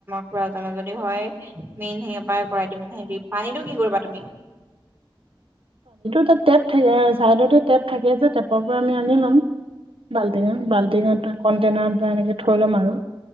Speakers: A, on the right; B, on the right.
A: <unintelligible> যদি হয় মেইন সে পৰা কৰাই দিম, হেৰি পানীটো কি কৰিবা তুমি?
B: এটা টেপ থাকে ছাইডতে টেপ থাকে যে টেপৰ পৰা আমি আনি ল'ম বাল্টিঙত বাল্টিঙত কণ্টেইনাৰত বা এনেকৈ থৈ ল'ম আৰু।